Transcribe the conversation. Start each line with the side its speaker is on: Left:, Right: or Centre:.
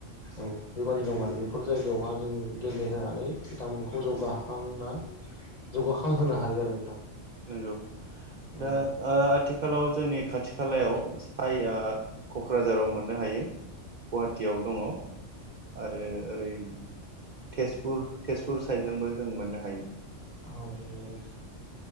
Left: औ बेबादि दं आरो बेफोर जायगायावहा जों गेलेहोनानै बिथांमोनखौ जौगाखांना जौगाखांहोनो हायो आरो नोंथां।
Right: नोंगौ
Left: नंगौ
Right: दा ओ आथि खालाव जोंनि खाथि खालायाव साइआ क'क्राझाराव मोननो हायो गुवाहाटीयाव दङ। आरो ओरै। तेजपुर तेजपुर साइदजोंबो जों मोननो हायो।
Left: औ औ